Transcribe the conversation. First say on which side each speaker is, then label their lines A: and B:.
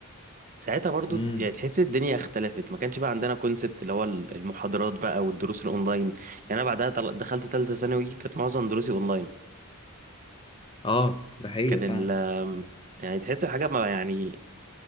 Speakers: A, on the right (about 35°); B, on the left (about 25°).
A: ساعتها برضو
B: امم
A: يعني تحس الدنيا اختلفت ما كانش بقى عندنا كونسبت اللي هو ال- المحاضرات بقى والدروس الاونلاين يعني انا بعدها طل- دخلت ثالثه ثانوي كانت معظم دروسي اونلاين
B: اه ده حقيقة
A: كان
B: فعلا
A: ال آم، يعني تحس الحاجه ما يعني